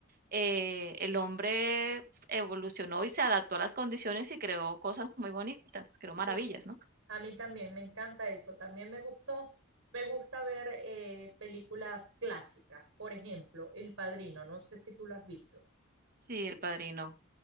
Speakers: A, on the right (about 45°); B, on the right (about 85°).
A: eh, el hombre pues, evolucionó y se adaptó a las condiciones y creó cosas muy bonitas, creó
B: Sí,
A: maravillas, ¿no?
B: a mí también me encanta eso. También me gustó, me gusta ver eh, películas clásicas. Por ejemplo, El Padrino, no sé si tú lo has visto.
A: Sí, El Padrino,